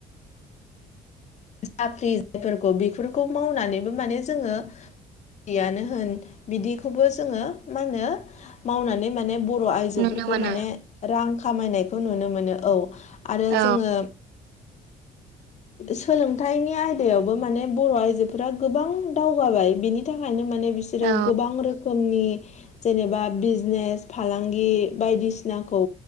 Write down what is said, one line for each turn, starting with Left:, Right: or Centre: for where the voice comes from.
Left: साख्रि जायफोरखौ बेफोरखौ मावनानैबो माने जोङो यानो होन बिदिखौबो जोङो मा होनो मावनानै माने बर' आइजोफोरखौ
Right: नुनो मोनो
Left: माने रां खामायनायखौ नुनो मोनो औ आरो
Right: औ
Left: जोङो सोलोंथाइनि आयदायावबो माने बर' आइजोफोरा गोबां दावगाबाय बिनि बेनि थाखायनो माने बिसोरो
Right: औ
Left: गोबां रोखोमनि जेनेबा बिजनेस फालांगि बायदिसिनाखौ